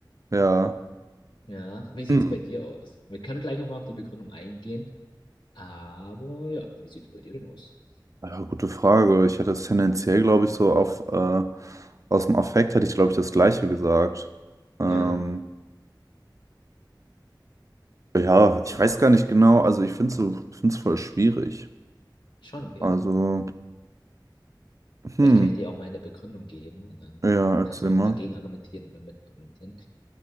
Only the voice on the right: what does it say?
Ja.
Hm.
Ja, gute Frage. Ich hätte es tendenziell, glaube ich, so auf äh, aus dem Affekt hätte ich, glaube ich, das Gleiche gesagt. Ähm,
ja, ich weiß gar nicht genau. Also ich finde es so, finde es voll schwierig.
Also,
hm.
Ja, erzähl
mal.